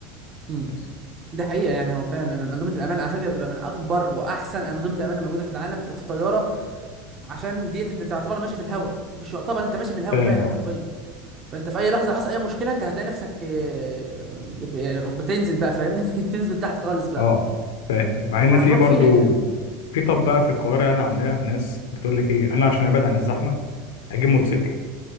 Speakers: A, on the right; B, on the left.
A: امم
B: بس
A: ده حقيقه يعني هو فعلا أن انظمه الامان على فكره بتبقى من اكبر واحسن انظمه امان الموجوده في العالم بتبقى في الطياره عشان ديت انت أنت تعتبر ماشي في الهواء مش يعتبر انت ماشي في الهواء
B: فاهم
A: فعلا
B: اه
A: حرفيا فانت في اي لحظه حصل اي مشكله انت هتلاقي نفسك آه، ب- ب- يعني بتنزل بقى فاهمني <laughs> تنزل تحت خالص بقى
B: اه فاهم مع ان
A: وهتروح
B: في برضو
A: فيها يعني
B: في طب بقى في القاهره هنا عندنا ناس بتقول لك ايه انا عشان ابعد عن الزحمه هجيب موتوسيكل